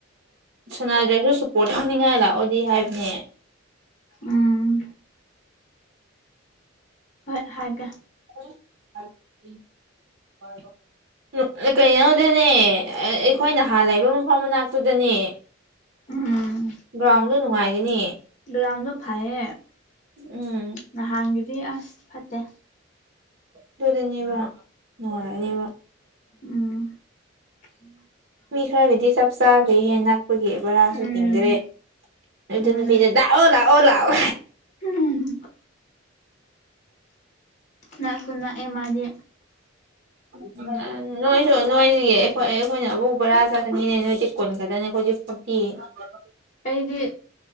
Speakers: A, on the right; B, on the left.
A: ꯁꯥꯟꯅꯗ꯭ꯔꯁꯨ ꯁꯄꯣꯔꯠ ꯊꯧꯅꯤꯡꯉꯥꯏ ꯂꯥꯛꯑꯣꯗꯤ ꯍꯥꯏꯕꯅꯦ <inaudible>
B: ꯎꯝ ꯍꯣꯏ ꯍꯥꯏꯒꯦ
A: <inaudible> ꯀꯩꯅꯣꯗꯅꯦ ꯑꯩꯈꯣꯏ ꯅꯍꯥꯟꯅ ꯂꯩꯕ ꯃꯐꯝ ꯃꯅꯥꯛꯇꯨꯗꯅꯦ
B: ꯎꯝ
A: ꯒ꯭ꯔꯥꯎꯟꯗꯣ ꯅꯨꯡꯉꯥꯏꯒꯅꯤ
B: ꯒ꯭ꯔꯥꯎꯟꯗꯣ ꯐꯩꯌꯦ
A: ꯎꯝ
B: ꯅꯍꯥꯟꯒꯤꯗꯤ ꯑꯁ ꯐꯠꯇꯦ
A: ꯑꯗꯨꯗꯅꯦꯕ ꯅꯨꯡꯉꯥꯏꯔꯅꯦꯕ
B: ꯎꯝ <inaudible>
A: ꯃꯤ ꯈꯔꯒꯤꯗꯤ ꯆꯞ ꯆꯥꯈ꯭ꯔꯦꯍꯦ ꯅꯛꯄꯒꯤ ꯕꯔꯥꯁꯨ
B: ꯎꯝ
A: ꯇꯤꯡꯗ꯭ꯔꯦ ꯑꯗꯨ
B: ꯑꯗꯨꯅꯦ
A: ꯅꯨꯄꯤꯗ ꯑꯣ ꯂꯥꯛꯑꯣ ꯂꯥꯛꯑꯣ
B: ꯎꯝ ꯅꯛꯁꯨ ꯅꯛꯑꯦ ꯃꯥꯗꯤ
A: <unintelligible> ꯎꯝ ꯅꯣꯏꯁꯨ ꯅꯣꯏꯗꯒꯤ ꯑꯩꯈꯣꯏ ꯑꯩꯈꯣꯏꯅ ꯑꯃꯨꯛ ꯕꯣꯔꯥ ꯆꯠꯀꯅꯤꯅꯦ ꯅꯣꯏꯗꯤ ꯀꯨꯟ ꯈꯛꯇꯅꯤ ꯑꯩꯈꯣꯏꯗꯤ ꯐꯣꯔꯇꯤ <unintelligible>
B: ꯑꯩꯗꯤ